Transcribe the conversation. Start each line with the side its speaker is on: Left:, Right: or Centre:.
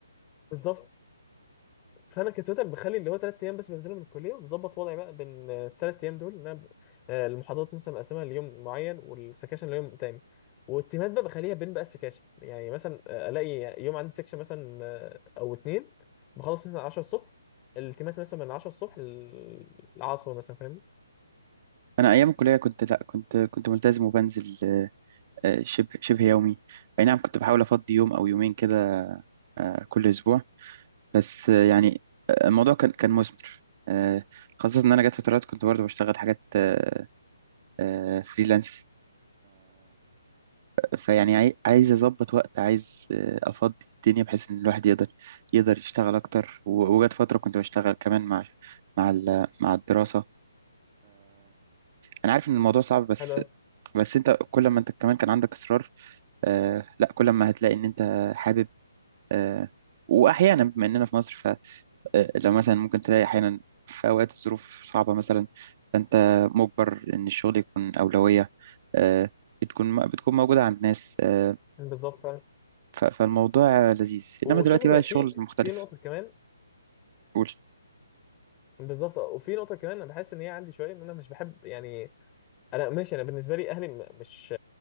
Left: بالظبط فانا كتوتال بخلي اللي هو ثلاث ايام بس بنزلهم من الكليه وبظبط وضعي بقى بين الثلاث ايام دول ان انا ب- آه، المحاضرات مثلا مقسمها ليوم معين والسكاشن ليوم تاني والتيمات بقى بخليها بين بقى السكاشن يعني مثلا آه، الاقي يوم عندي سكشن مثلا آه، او اتنين بخلص مثلا 10 الصبح التيمات مثلا من 10 الصبح للعصر مثلا فاهمني
Right: أنا أيام الكلية كنت لأ كنت كنت ملتزم وبنزل آه، آه، شبه شبه يومي أي نعم كنت بحاول أفضي يوم أو يومين كده آه، كل أسبوع بس آه، يعني آه، الموضوع كان كان مثمر آه، خاصة إن أنا جت فترات كنت برضه بشتغل حاجات آه، آه، فريلانس فيعني عاي- عايز أظبط وقت عايز آه، أفضي الدنيا بحيث إن الواحد يقدر يقدر يشتغل أكتر و- وجت فترة كنت بشتغل كمان مع مع ال- مع الدراسة أنا عارف إن الموضوع صعب بس
Left: حلو أوي.
Right: بس أنت كل ما أنت كمان كان عندك إصرار آه، لا كل ما هتلاقي إن أنت حابب آه، وأحيانا بما إننا في مصر آه، لو مثلا ممكن تلاقي أحيانا في أوقات الظروف صعبة مثلا فأنت مجبر إن الشغل يكون أولوية آه، بتكون بتكون موجودة عند ناس آه،
Left: بالظبط فعلا
Right: ف- فالموضوع لذيذ إنما
Left: وشوف
Right: دلوقتي
Left: هي
Right: بقى الشغل
Left: في
Right: مختلف
Left: في نقطه كمان
Right: قول
Left: بالظبط وفي نقطه كمان انا بحس ان هي عندي شويه ان انا مش بحب يعني انا ماشي انا بالنسبه لي اهلي م- مش